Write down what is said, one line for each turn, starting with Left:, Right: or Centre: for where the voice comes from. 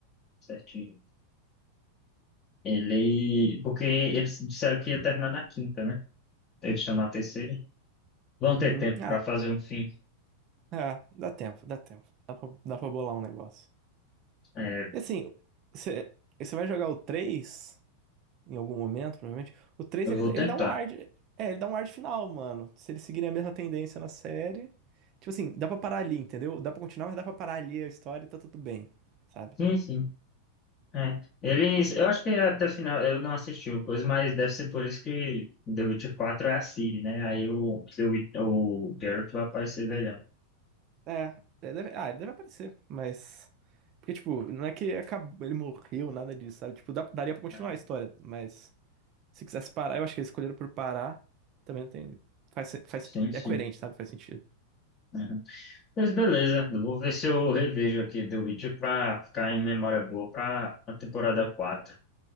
Left: certinho. Ele. Porque eles disseram que ia terminar na quinta, né? Eles estão na terceira. Vão ter
Right: Uhum.
Left: tempo
Right: Ah,
Left: para fazer um fim.
Right: ah, dá tempo, dá tempo. Dá pra, dá pra bolar um negócio.
Left: É,
Right: E assim, você vai jogar o três? em algum momento, provavelmente. O 3
Left: eu
Right: ele,
Left: vou tentar.
Right: ele dá um ar de, é, ele dá um ar de final, mano. Se eles seguirem a mesma tendência na série, tipo assim, dá pra parar ali, entendeu? Dá pra continuar, mas dá pra parar ali a história e tá tudo bem, sabe?
Left: Sim, sim. É. Eles, eu acho que até o final, eu não assisti o coisa, mas deve ser por isso que The Witcher quatro é a Ciri, né? Aí o, The Wit- o Geralt vai aparecer velhão.
Right: É, ele deve- ah, ele deve aparecer, mas porque tipo, não é que acabou, ele morreu, nada disso, sabe? Tipo, dá- daria pra continuar
Left: É.
Right: a história, mas se quisesse parar, eu acho que eles escolheram por parar, também não tem faz, se- faz
Left: Sim,
Right: é
Left: sim.
Right: coerente, sabe? Faz sentido.
Left: É. Mas beleza, eu vou ver se eu revejo aqui The Witcher pra ficar em memória boa pra a temporada 4.